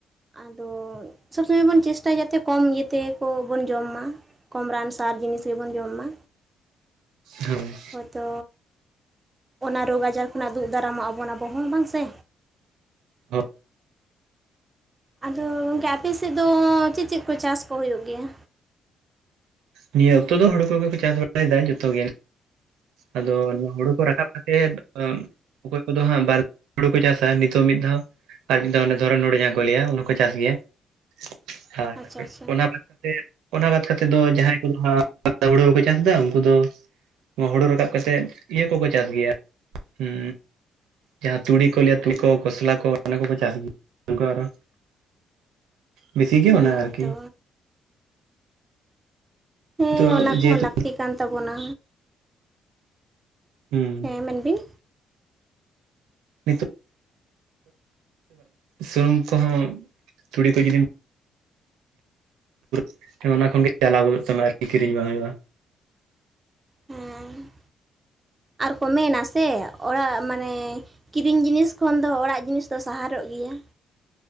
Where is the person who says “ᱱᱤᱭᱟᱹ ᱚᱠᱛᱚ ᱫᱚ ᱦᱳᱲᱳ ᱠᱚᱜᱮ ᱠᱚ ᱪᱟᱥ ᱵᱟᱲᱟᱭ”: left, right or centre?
Right